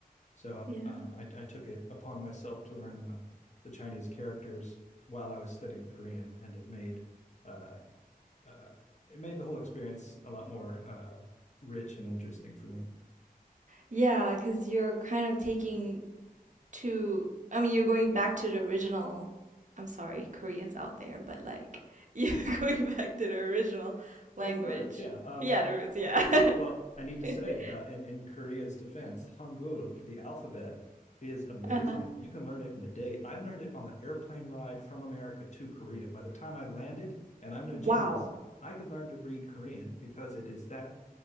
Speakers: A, on the left (about 50°); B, on the right (about 55°).
A: So
B: Yeah.
A: um, I, I took it upon myself to learn the, the Chinese characters while I was studying Korean, and it made uh, uh, it made the whole experience a lot more uh, rich and interesting for me.
B: Yeah, because you're kind of taking to I mean you're going back to the original I'm sorry, Koreans out there, but like <laughs> you're going back to the original language.
A: Well, the roots, yeah. Um,
B: Yeah, the roots, yeah.
A: before, well, I need to
B: <laughs>
A: say, uh, in in Korea's defense, Hangul, the alphabet, is amazing.
B: Uh-huh.
A: You can learn it in a day. I learned it on the airplane ride from America to Korea. By the time I landed, and I'm no
B: Wow.
A: genius, I could learn to read Korean because it is that